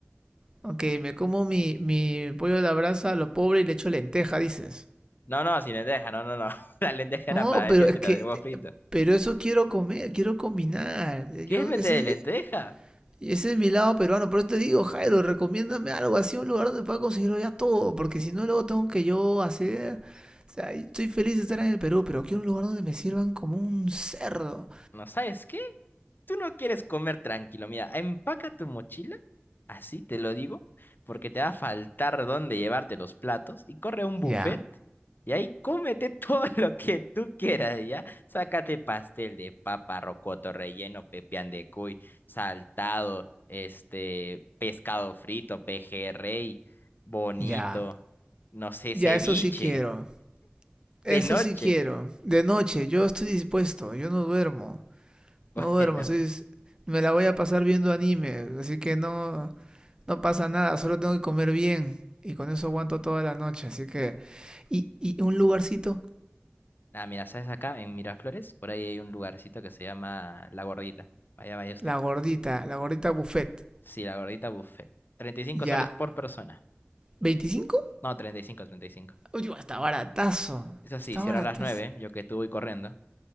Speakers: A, on the right; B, on the left.
A: Ok, me como mi, mi pollo a la brasa, lo pobre y le echo lenteja, dices.
B: No, no, sin lenteja, no, no, no. <laughs> La lenteja
A: No,
B: era para decirte
A: pero es que.
B: lo del huevo frito.
A: eh, Pero eso quiero comer, quiero combinar. Yo,
B: ¿Quieres meter
A: ese,
B: de lenteja?
A: eh, Y ese es mi lado peruano, por eso te digo, Jairo, recomiéndame algo así, un lugar donde pueda conseguirlo ya todo, porque si no luego tengo que yo hacer... O sea, estoy feliz de estar en el Perú, pero quiero un lugar donde me sirvan como un cerdo.
B: ¿No sabes qué? tú no quieres comer tranquilo, mira, empaca tu mochila, así te lo digo, porque te va a faltar dónde llevarte los platos y corre a un buffet
A: Ya,
B: y ahí cómete todo <laughs> lo que tú quieras, ¿ya? Sácate pastel de papa, rocoto relleno, pepián de cuy, saltado, este, pescado frito, pejerrey, bonito,
A: ya,
B: no sé,
A: ya,
B: ceviche,
A: eso sí quiero. Eso
B: de noche.
A: sí quiero. De noche, yo estoy dispuesto, yo no duermo.
B: <laughs>
A: No duermo,
B: Bueno.
A: estoy me la voy a pasar viendo anime, así que no, no pasa nada, solo tengo que comer bien. Y con eso aguanto toda la noche, así que... Y, y un lugarcito
B: Ah, mira, ¿sabes acá en Miraflores? Por ahí hay un lugarcito que se llama La Gordita. Vaya, vaya usted.
A: La gordita, la gordita buffet.
B: Sí, La Gordita Buffet. Treinta y cinco
A: Ya,
B: soles por persona.
A: 25,
B: No, treinta treinta y cinco, treinta y cinco.
A: Uy, está baratazo.
B: Eso sí,
A: Está
B: cierra
A: baratazo.
B: a las 9, yo que tú voy corriendo.